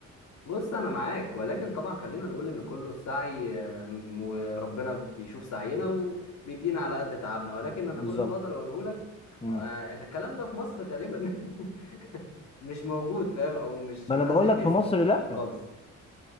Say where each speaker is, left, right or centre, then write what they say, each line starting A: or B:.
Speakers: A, on the left; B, on the left.
A: بص انا معاك ولكن طبعا خلينا نقول ان كله السعي آم، وربنا بيشوف سعينا وبيدينا على قد تعبنا ولكن انا
B: بالظبط
A: كل اللي اقدر اقوله لك
B: مم.
A: آه، الكلام ده في مصر غالبا <laughs> مش موجود فاهم او مش
B: ما
A: محدش
B: انا بقول لك
A: بيستفيد
B: في مصر لا
A: بيه خالص